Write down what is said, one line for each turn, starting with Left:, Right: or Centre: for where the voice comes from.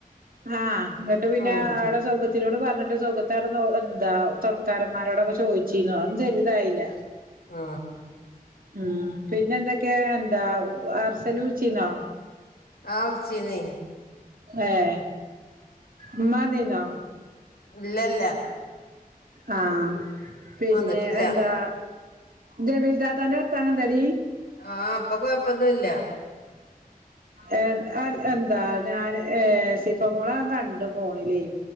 Right: ആഹ് എന്നിട്ട് പിന്നെ
Left: ഉം
Right: ആടെ സൗകത്തി ത്തിനോട് പറഞ്ഞിട്ട് സുഖത്തേ കിടന്ന് എന്താ തൊറക്കാരൻമാരോടെക്കെ ഒക്കെ ചോദിച്ച് ഒന്നും ശരിയായില്ല.
Left: ആ
Right: ആ പിന്നെന്തൊക്കെ എന്താ <unintelligible> ച്ചിനോ
Left: ആ വിൾച്ചിനേ
Right: ഏ ഇമ്മ വന്നിനോ
Left: ഇല്ലല്ല
Right: ആ പിന്നെ
Left: വന്നിട്ടില്ല
Right: എന്താ? ജമീൽ താത്താന്റെ വർത്താനം എന്തടി?
Left: ആ ഇപ്പൊ കൊഴപ്പന്നുല്ല
Right: എ എൽ എന്താ ഞാന് ഏ സിഫ മോളേ ഞാൻ കണ്ടു ഫോണില്